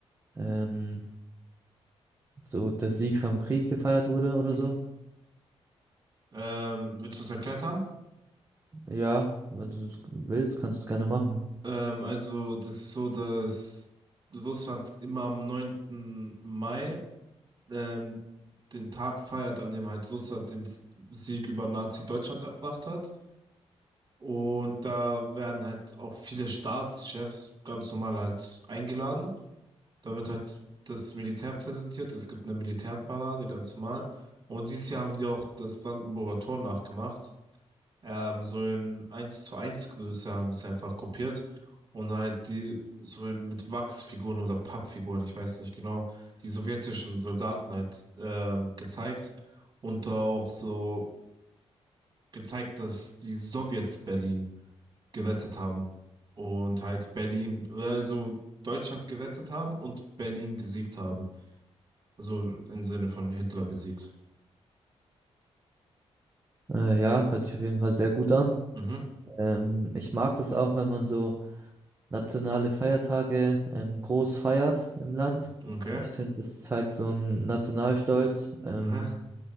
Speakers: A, on the right; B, on the right.
A: ähm, so der Sieg vom Krieg gefeiert wurde oder
B: Mhm.
A: so.
B: Ähm, willst du es erklärt haben?
A: Ja, wenn du es willst, kannst du es gerne machen.
B: Ähm, also, das ist so, dass Russland immer am neunten Mai ähm, den Tag feiert, an dem halt Russland den S- Sieg über Nazi-Deutschland erbracht hat. Und da werden halt auch viele Staatschefs ganz normal halt eingeladen. Da wird halt das Militär präsentiert. Es gibt eine Militärparade, ganz normal. Und dieses Jahr haben die auch das Brandenburger Tor nachgemacht. Ähm, so in eins zu eins Größe haben die es einfach kopiert. Und halt die, so in, mit Wachsfiguren oder Pappfiguren, ich weiß nicht genau, die sowjetischen Soldaten halt ähm, gezeigt. Und auch so gezeigt, dass die Sowjets Berlin gerettet haben. Und halt Berlin, also Deutschland gerettet haben und Berlin gesiegt haben. Also im Sinne von Hitler besiegt.
A: Äh, ja, hört sich auf jeden Fall sehr gut an.
B: Mhm.
A: Ähm, ich mag das auch, wenn man so nationale Feiertage ähm, groß feiert im Land.
B: Okay.
A: Ich finde, das zeigt so einen Nationalstolz, ähm,
B: Aha.